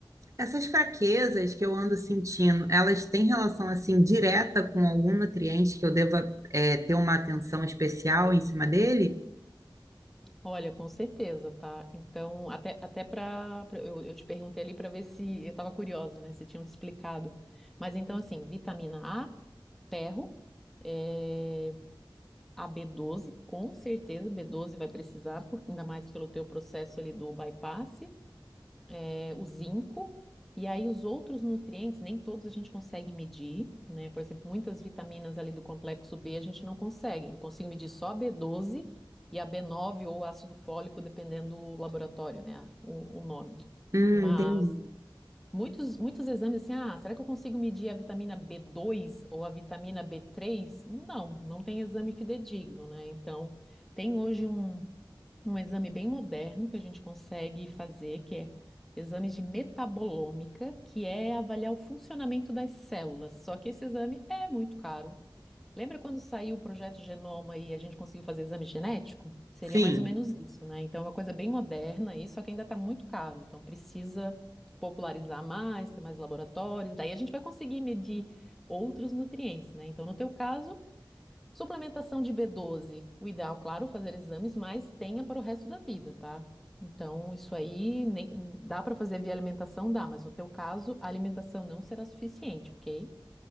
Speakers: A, on the right; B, in the centre.
A: Essas fraquezas que eu ando sentindo, elas têm relação assim direta com algum nutriente que eu deva é, ter uma atenção especial em cima dele?
B: Olha, com certeza, tá? Então, até, até para. Eu, eu te perguntei ali para ver se. Eu estava curiosa, né? Se tinham te explicado. Mas então, assim, vitamina A, ferro. É, a B12, com certeza, B12 vai precisar, por- ainda mais pelo teu processo ali do bypass. é, o zinco, e aí os outros nutrientes, nem todos a gente consegue medir, né? Por exemplo, muitas vitaminas ali do complexo B a gente não consegue. Eu consigo medir só a b doze e a b nove ou ácido fólico, dependendo do laboratório, né? a- O, o nome.
A: Hum,
B: Mas
A: entendi.
B: muitos, muitos exames assim, ah, será que eu consigo medir a vitamina b dois ou a vitamina b três Não, não tem exame fidedigno, né? Então, tem hoje um um exame bem moderno que a gente consegue fazer, que é exames de metabolômica, que é avaliar o funcionamento das células. Só que esse exame é muito caro. Lembra quando saiu o projeto Genoma e a gente conseguiu fazer exame genético? Seria
A: Sim.
B: mais ou menos isso, né? Então é uma coisa bem moderna aí, só que ainda está muito caro. Então precisa popularizar mais, ter mais laboratórios. Daí a gente vai conseguir medir outros nutrientes, né? Então, no teu caso, Suplementação de B12. O ideal, claro, fazer exames, mas tenha para o resto da vida, tá? Então, isso aí nem- dá para fazer via alimentação, dá, mas no teu caso, a alimentação não será suficiente, ok?